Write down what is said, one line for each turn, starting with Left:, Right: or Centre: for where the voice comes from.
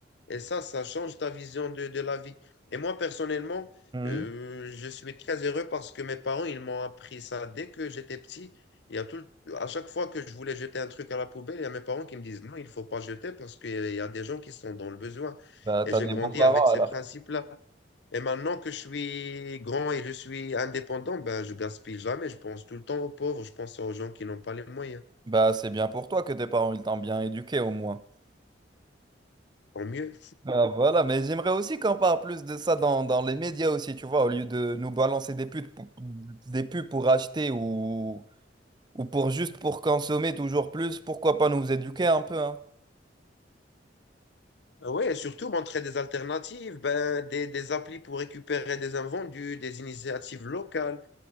Left: Et ça, ça change ta vision de, de la vie. Et moi, personnellement,
Right: Mhm.
Left: euh, je suis très heureux parce que mes parents, ils m'ont appris ça dès que j'étais petit. Il y a tout, le- à chaque fois que je voulais jeter un truc à la poubelle, il y a mes parents qui me disent non, il ne faut pas jeter parce qu'il y a il y a des gens qui sont dans le besoin.
Right: Bah,
Left: Et
Right: t'as
Left: j'ai
Right: des
Left: grandi
Right: beaux-parents
Left: avec ces
Right: alors.
Left: principes-là. Et maintenant que je suis grand et je suis indépendant, ben, je gaspille jamais. Je pense tout le temps aux pauvres, je pense aux gens qui n'ont pas les moyens.
Right: Bah, c'est bien pour toi que tes parents, ils t'ont bien éduqué au moins.
Left: Tant mieux.
Right: Ah, voilà, mais j'aimerais aussi qu'on parle plus de ça dans, dans les médias aussi, tu vois, au lieu de nous balancer des pubs, pour- des pubs pour acheter ou, ou pour juste pour consommer toujours plus, pourquoi pas nous éduquer un peu, hein.
Left: Oui, et surtout montrer des alternatives, ben, des, des applis pour récupérer des invendus, des initiatives locales,